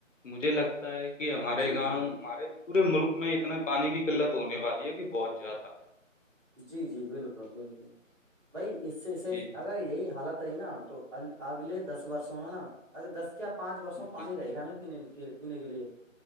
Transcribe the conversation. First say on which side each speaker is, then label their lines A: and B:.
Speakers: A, on the left (about 65°); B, on the right (about 30°).
A: مجھے لگتا ہے کہ کہ ہمارے
B: جی
A: گاؤں
B: جی
A: ہمارے پورے ملک میں اتنانے پانی کی قلت ہونے والی ہے کہ بہت زیادہ
B: جی جی بالکل بالکل بائی اس سے اس سے
A: جی
B: اگر یہی حالت رہی نا تو اگلے دس برسوں میں نا اگر دس یا پانچ برسوں میں پانی
A: جی
B: رہے گا نہیں پینے ل تو پینے کے لیے